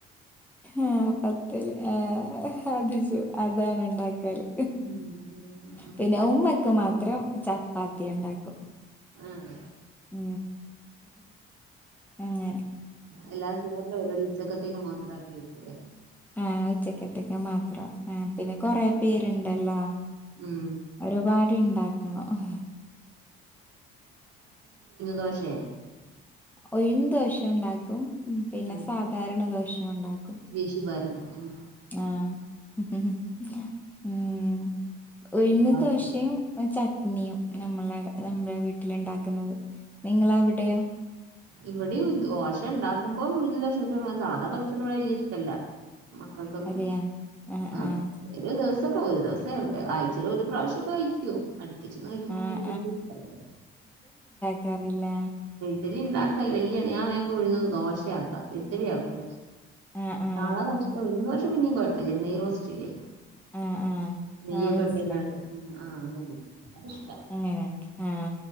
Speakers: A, in the centre; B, on the right (about 55°).
A: ആഹ പത്തല് ആ അതിു അതാണ് ഉണ്ടാക്ക ല്
B: ഉം ഉം
A: പിന്നെ ഉമ്മക്ക് മാത്രം ചപ്പാത്തി ഉണ്ടാക്കും
B: ആഹ്
A: ഉ അ
B: അല്ലാതെ ചോറിന്റെ പരിപാടി ഉച്ചയ്ക്ക് മാത്രമാക്കി വെക്കുകലോ
A: ആഹ ഉച്ചക്കത്തേക്കെ മാത്രം ആ പിന്നെ കൊറെ പേരുണ്ടല്ലോ
B: ഉം
A: ഒരുപാട് ഇണ്ടാക്കണം
B: ദോശ
A: ഒഴിന് ദോഷ ഉണ്ടാക്കും പിന്നെ
B: ഉം
A: സാധാരണ ദോഷം ഉണ്ടാക്കും
B: വീശി പാർന്ന് ആഹ്
A: ആഹ ഉ ഉം ഉഴുന്ന
B: അവിടുത്തെ
A: ദോശയും ച ചട്നിയും നമ്മള നമ്മുടെ വീട്ടിലുണ്ടാക്കുന്നത് നിങ്ങളവിടെയോ
B: ഇവിടെ ദോശം ഉണ്ടാക്കുമ്പോ ഉഴ്ന് ദോശ സാധാരണ ദോശം ഒന്നും വലിയ ഇഷ്ടല്ല മക്കൾക്കൊന്നും
A: അതെയാ ആഹ്
B: ആ
A: ആഹ്
B: ഒരു ദിവസക്കെ ഒരു ദിവസം ടെ അയ്ച്ചാല ഒരു പ്രാവശ്യമക്കെ കഴിക്കു അടുപ്പിച്ച കഴിക്കുമ്പോ
A: ആഹ്
B: പിന്നെ എല ഇഷ്ടല്ല
A: കറല്ല
B: ഇഡലി ഉണ്ടാക്കാൽ വല്ിയ ഞാൻേങ്ങ ഒഴുന്നത് ദോശയാക്കാം ഇഡലി ആക്കൂല
A: ആഹ് ആഹ്
B: സാധാ വശ ഇന്ന് വോഷം പിന്നിയും കുഴപ്പമില്ലരുന്നു നെയഈറോസ്റ്റല്ലേ
A: ആഹ് ആഹ്
B: നെയ്യൊക്കെട്ടങ്ങ
A: ആഹ് മനസ്സിലായി
B: ആ് ആ
A: അങ്ങനെയ ആ